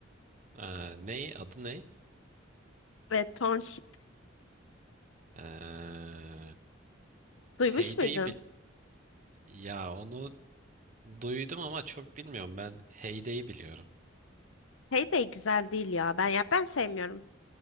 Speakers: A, on the right; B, on the left.
A: Ee, ne? Adı ne?
B: ve Township.
A: Ee,
B: Duymuş
A: Heyday'ı
B: muydun?
A: bil... Ya onu duydum ama çok bilmiyorum. Ben Heyday'ı biliyorum.
B: Heyday güzel değil ya. Ben ya ben sevmiyorum.